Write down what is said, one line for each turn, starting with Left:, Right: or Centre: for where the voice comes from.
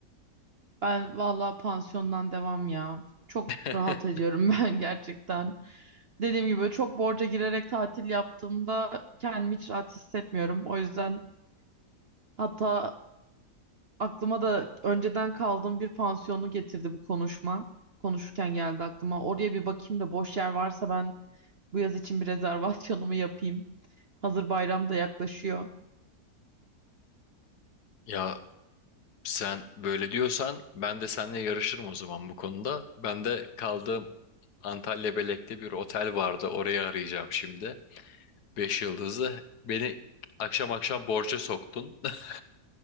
Right: Ben vallahi pansiyondan devam ya. Çok
Left: <laughs>
Right: rahat ediyorum <laughs> ben gerçekten. Dediğim gibi çok borca girerek tatil yaptığımda kendimi hiç rahat hissetmiyorum. O yüzden hatta aklıma da önceden kaldığım bir pansiyonu getirdi bu konuşma. Konuşurken geldi aklıma. Oraya bir bakayım da boş yer varsa ben bu yaz için bir <laughs> rezervasyonumu yapayım. Hazır bayram da yaklaşıyor.
Left: Ya sen böyle diyorsan ben de seninle yarışırım o zaman bu konuda. Ben de kaldığım Antalya Belek'te bir otel vardı. Orayı arayacağım şimdi. Beş yıldızlı. Beni akşam akşam borca soktun. <laughs>